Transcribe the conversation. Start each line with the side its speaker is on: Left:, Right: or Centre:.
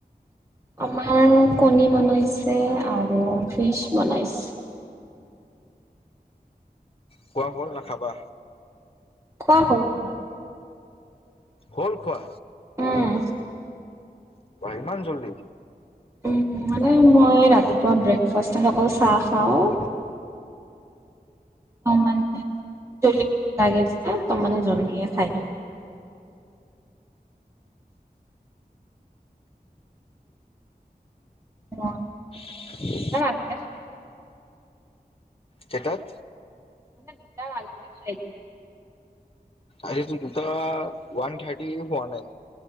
Right: আমাৰ কণী বনাইছে আৰু ফিচ বনাইছে।
Left: খোৱা হ'ল না খাবা?
Right: খোৱাৰ হ'ল।
Left: হ'ল খোৱা
Right: উম
Left: ইমান জল্দি।
Right: উম, মানে মই ৰাতিপুৱা ব্ৰেকফাষ্টত অকল চাহ খাওঁ। ত, মানে জলদি ভোক লাগে যে ত, মানে জল্দিয়ে খাই দিওঁ। অ'
Left: <unintelligible>
Right: তাক আনোতে খুলি দিম।
Left: কেইটাত।
Right: মানে দুটা আগতে খাই দিওঁ।
Left: আজিটোত দুটা ওৱান থ্ৰাটি হোৱা নাই।